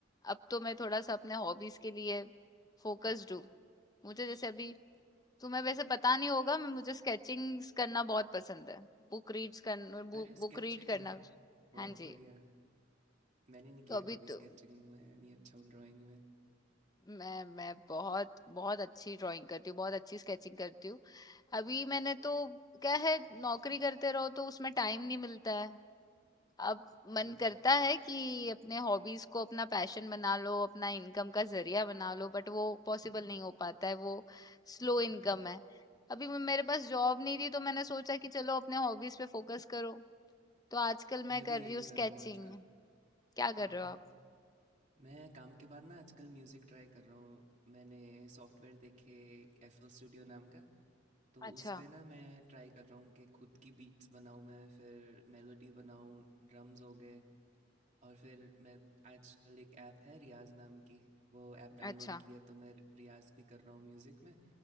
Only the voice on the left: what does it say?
अब तो मैं थोड़ा सा अपने हॉबीज के लिए फोकस्ड हूँ मुझे जैसे अभी तुम्हें वैसे पता नहीं होगा मैं मुझे स्केचिंग्स करना बहुत पसंद है बुक रीड्स करना
बुक
रीड करना
हाँ जी
तो
अभी
तो
मैं मैं बहुत बहुत अच्छी ड्राइंग करती हूँ बहुत अच्छी स्केचिंग करती हूँ अभी मैंने तो क्या है नौकरी करते रहो तो उसमें टाइम नहीं मिलता है अब मन
करता है कि अपने हॉबीज को अपना पैशन बना लो अपना इनकम का जरिया बना लो बट वो पॉसिबल नहीं हो पाता है वो स्लो इनकम है अभी म- मेरे पास जॉब नहीं थी तो मैंने सोचा कि चलो अपने हॉबीज पे फोकस करो तो आजकल
मैं कर
रही
हूँ स्केचिंग
क्या कर
रहे हो
आप
अच्छा
अच्छा